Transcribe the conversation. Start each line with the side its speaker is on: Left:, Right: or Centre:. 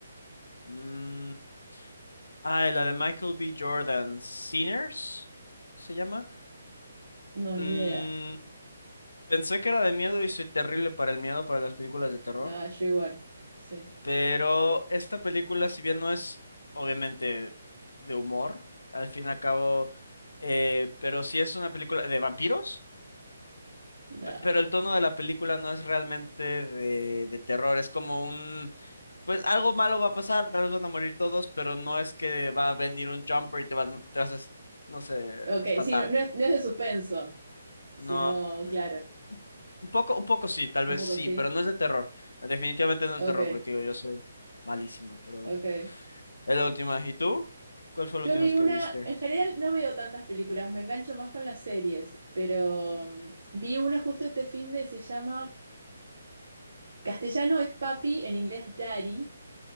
Left: mm, Ah, la de Michael B. Jordan, Sinners, se llama.
Right: No,
Left: Mm,
Right: ni idea.
Left: pensé que era de miedo y soy terrible para el miedo, para las películas de terror.
Right: Ah, yo igual. Sí.
Left: Pero esta película, si bien no es obviamente de humor, al fin y al cabo, eh, pero sí es una película de vampiros.
Right: No.
Left: P- Pero el tono de la película no es realmente de, de terror, es como un, pues algo malo va a pasar, tal vez van a morir todos, pero no es que va a venir un jumper y te van, te vas a, es- no sé,
Right: Ok,
Left: espantar.
Right: sí, no, no es, no es de suspenso, sino,
Left: No, mm,
Right: claro,
Left: un poco, un poco sí, tal
Right: un
Left: vez
Right: poco
Left: sí,
Right: sí.
Left: pero no es de terror. Definitivamente no es
Right: Ok,
Left: de terror, porque digo, yo soy malísimo, pero
Right: ok.
Left: es la última. ¿Y tú? ¿Cuál fue
Right: Yo
Left: la última
Right: vi
Left: vez
Right: una,
Left: que viste?
Right: en general no veo tantas películas, me engancho más con las series, pero
Left: Mm.
Right: mm, vi una justo este fin de, se llama Castellano es papi, en inglés daddy,